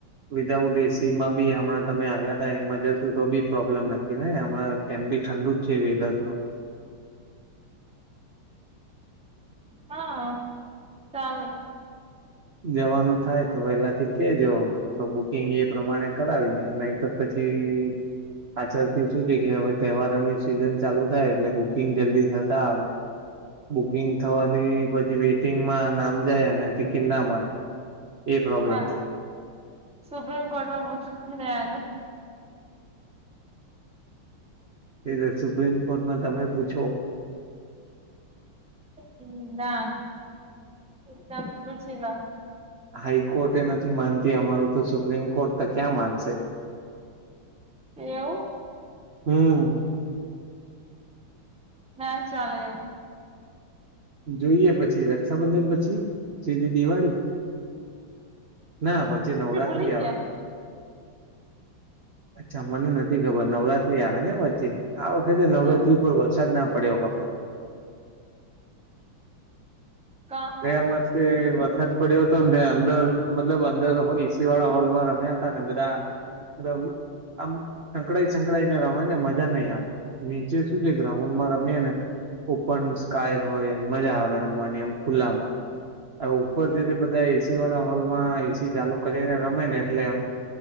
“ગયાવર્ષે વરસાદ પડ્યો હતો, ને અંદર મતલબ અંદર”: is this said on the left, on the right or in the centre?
Right